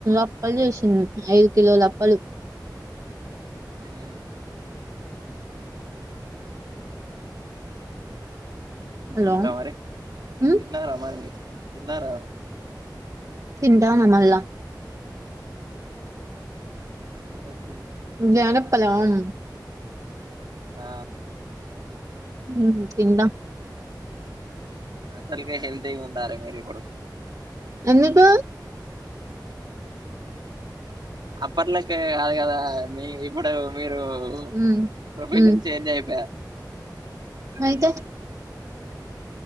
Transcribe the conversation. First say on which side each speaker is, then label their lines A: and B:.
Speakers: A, on the right; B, on the right.
A: అప్పలు చేసింది ఐదు కిలోల అప్పలు <unintelligible>
B: మ్మ్ తిన్నార
A: హలో
B: మరి
A: హ్మ్
B: తిన్నార మరి తిన్నార
A: తింటాన మళ్ళ
B: ఎన్నడు
A: జానప్పలాం
B: ఆ
A: మ్ హు తింద
B: అసల్కే హెల్దీ గా ఉండాలి మీరు ఇప్పుడు
A: ఎందుకు
B: అప్పట్లేక్కే కాదు కదా మీ ఇప్పుడు మీరు డు
A: హ్మ్
B: ప్రొఫెషన్
A: హ్మ్
B: చేంజ్ అయిపోయా
A: అయితే